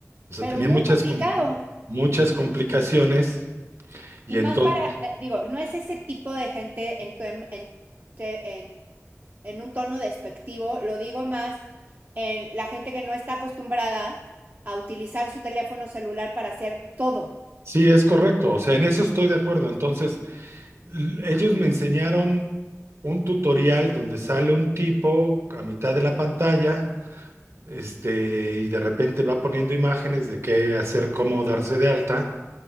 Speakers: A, on the right; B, on the right.
A: O sea,
B: Pero
A: tenía
B: muy
A: muchas,
B: complicado.
A: com- muchas complicaciones y
B: Y
A: entonces,
B: más para, de- digo, no es ese tipo de gente en, tu- en, en- te- en- en un tono despectivo, lo digo más en la gente que no está acostumbrada a utilizar su teléfono celular para hacer todo.
A: sí, es correcto, o sea, en eso estoy de acuerdo. Entonces, L- Ellos me enseñaron un tutorial donde sale un tipo a mitad de la pantalla, este, y de repente va poniendo imágenes de qué hacer, cómo darse de alta.